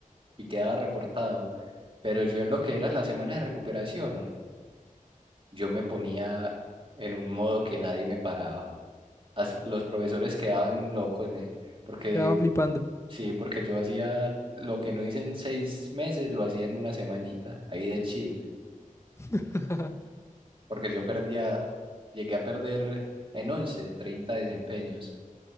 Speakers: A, on the right; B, on the left.
A: y quedaba reportado, pero yo en lo que era la semana de recuperación, yo me ponía en un modo que nadie me paraba. as- los profesores quedaban locos, ¿eh? Porque,
B: Quedaban flipando.
A: sí, porque yo hacía lo que no hice en seis meses, lo hacía en una semanita, ahí de chill,
B: <laughs>
A: porque yo perdía, llegué a perder en 11 30 desempeños.